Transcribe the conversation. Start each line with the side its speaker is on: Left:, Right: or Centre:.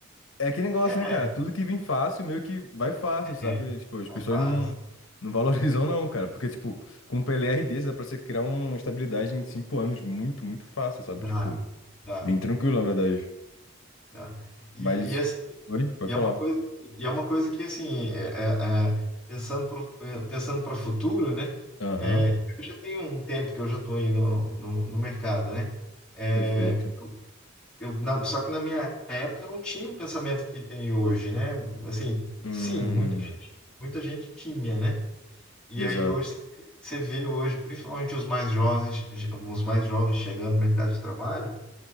Left: É aquele negócio,
Centre: é,
Left: né, cara? Tudo que vem fácil, meio que vai fácil, sabe?
Centre: é,
Left: Tipo, as pessoas
Centre: é, faz,
Left: não, não valorizam, não, cara. Porque, tipo, com um PLR desse, dá pra você criar um, uma estabilidade em cinco anos muito, muito fácil, sabe?
Centre: dá,
Left: Tipo,
Centre: dá,
Left: bem tranquilo, na verdade.
Centre: dá. E,
Left: Mas.
Centre: e assim,
Left: Oi? Pode
Centre: e
Left: falar.
Centre: é uma coisa, e é uma coisa que assim, é, é, é, pensando pro, pensando para o futuro, né?
Left: Aham,
Centre: É, eu já tenho um tempo que eu já estou aí no, no, no mercado, né? É,
Left: perfeito.
Centre: Eu, na- só que na minha época eu não tinha o pensamento que tem hoje, né? Assim,
Left: Hum,
Centre: sim, muita, muita gente tinha, né? E
Left: exato.
Centre: aí hoje você vê hoje, principalmente os mais jovens, os mais jovens chegando no mercado de trabalho,